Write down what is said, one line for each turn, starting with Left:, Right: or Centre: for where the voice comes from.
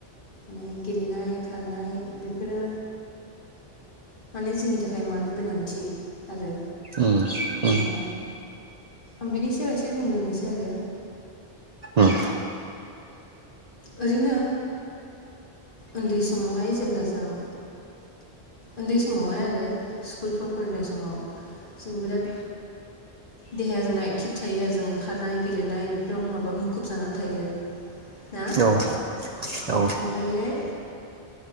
Left: माने गेलेनाय खारनाय बेफोरो माने जोंनि थाखाय मानो गोनांथि आरो
Right: उम
Left: माने
Right: उम
Left: आं बिनि सायाव एसे बुंग्रोनोसै आरो
Right: उम
Left: ओरैनो उन्दै समावहाय जेब्ला जों उन्दै समावहाय आरो स्कुलफ्राव फरायनाय समाव जों बिराद देहाया जोंना एकटिभ थायो आरो जों खारनाय गेलेनाय बेफोर बेराव माबा मुखुब जानानै थायो ना ओमफ्रायो
Right: औ औ